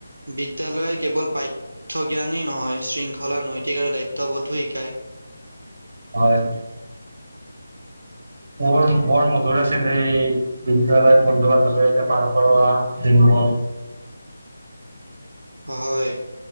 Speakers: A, on the right (about 75°); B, on the right (about 50°).
A: বিদ্যালয় কেৱল পাঠ। ঠ্য জ্ঞানেই নহয় শৃংখলা নৈতিক আৰু দায়িত্ববোধো শিকায়।
B: হয়। বৰ বৰ মধুৰ আছিলে এই। বিদ্যালয় বন্ধু বান্ধৱী সৈতে পাৰ কৰোৱা দিনবোৰ।
A: অ হয়